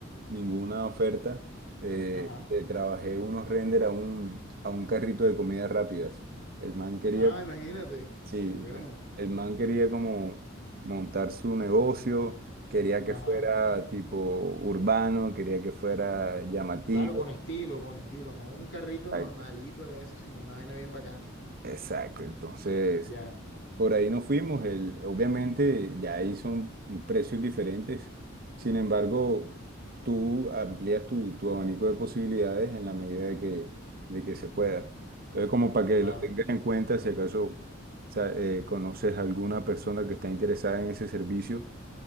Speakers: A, on the right (about 45°); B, on the left (about 60°).
A: ninguna oferta eh,
B: ajá.
A: le trabajé unos render a un, a un carrito de comidas rápidas. El man quería,
B: Ah, imagínate,
A: sí,
B: qué bueno.
A: el man quería como montar su negocio, quería
B: Ajá.
A: que fuera tipo urbano, quería que fuera llamativo.
B: Claro, con estilo, con estilo, no un carrito normalito
A: Exacto,
B: de eso, sino una vaina bien bacana.
A: Exacto, entonces
B: Ya,
A: Por ahí nos fuimos, el, obviamente ya ahí son precios diferentes, sin embargo, tú amplías tu, tu abanico de posibilidades en la medida de que, de que se pueda. Entonces, como para que
B: claro.
A: Sí. lo tengas en cuenta, si acaso sa- eh, conoces alguna persona que está interesada en ese servicio,